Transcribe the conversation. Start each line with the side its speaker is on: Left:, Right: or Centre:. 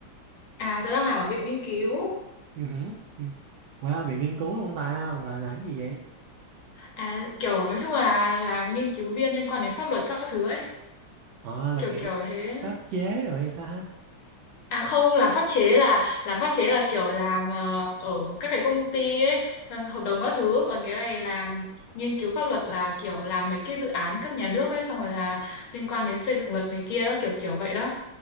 Left: À, tôi đang làm ở viện nghiên cứu,
Right: Ừ, hử, ừ. Qua viện nghiên cứu luôn ta, và làm gì vậy?
Left: à kiểu nói chung là làm nghiên cứu viên liên quan đến pháp luật các thứ ấy,
Right: Ờ, là
Left: kiểu
Right: kiểu
Left: kiểu thế.
Right: pháp chế rồi hay sao ha?
Left: À không, làm pháp chế là làm pháp chế là kiểu làm ờ, ở các cái công ty ấy, ờ, hợp đồng các thứ, còn cái này làm nghiên cứu pháp luật là kiểu làm mấy cái dự án cấp nhà nước ấy xong rồi là liên quan đến xây dựng luật này kia đó kiểu kiểu vậy đó